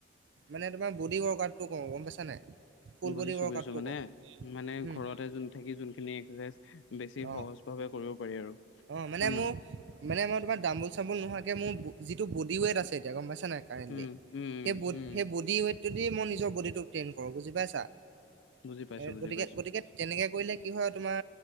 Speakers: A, on the right (about 65°); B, on the left (about 75°).
A: মানে তোমাৰ বডী ৱৰ্কআউটটো কও গম পাইছা নাই। ফুল
B: বুজিছো
A: বডি ৱৰ্কআউটটো
B: বুজিছো মানে
A: কৰো
B: মানে
A: উম
B: ঘৰতে যোন থাকি যোনখিনি এস্কছাইজ বেছি
A: অ
B: সহজ ভাৱে কৰিব পাৰি আৰু।
A: অ মানে
B: হয় নে নহয়
A: মো মানে মই তোমাৰ দামোল চাবোল নোহোৱাকে মোৰ যিটো বডি ৱেট আছে এতিয়া গম পাইছা ছা নাই কাৰেনলি,
B: উম উম
A: সে
B: উম
A: বড
B: উম
A: সে বডি ৱেটটো দি মই নিজৰ বডিটো ট্টেন কৰো বুজি পাইছা।
B: বুজি পাইছো
A: এ
B: বুজি
A: গতিকে,
B: পাইছো
A: গতিকে তেনেকে কৰিলে কি হয় তোমাৰ,